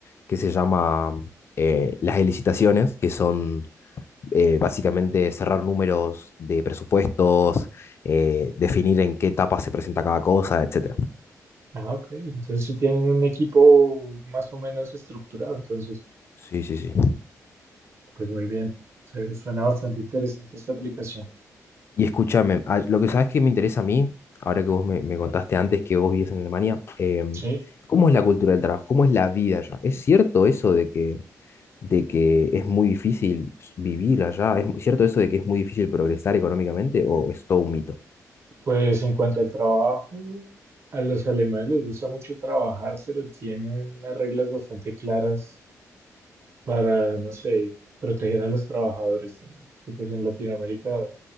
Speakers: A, on the left (about 45°); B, on the right (about 45°).
A: que se llama eh, las licitaciones, que son eh, básicamente cerrar números de presupuestos, eh, definir en qué etapa se presenta cada cosa, etcétera.
B: Ah, ok. Entonces sí tienen un equipo más o menos estructurado. Entonces,
A: Sí, sí, sí.
B: pues muy bien. Se- Suena bastante interesante esta aplicación.
A: Y escúchame, ah, lo que sabes que me interesa a mí, ahora que vos me, me contaste antes que vos vivías en Alemania, em,
B: Sí.
A: ¿cómo es la cultura del trabajo? ¿Cómo es la vida allá? ¿Es cierto eso de que, de que es muy difícil vivir allá? ¿Es mu- cierto eso de que es muy difícil progresar económicamente o es todo un mito?
B: Pues en cuanto al trabajo, a los alemanes les gusta mucho trabajar, pero tienen unas reglas bastante claras para, no sé, proteger a los trabajadores también, porque pues en Latinoamérica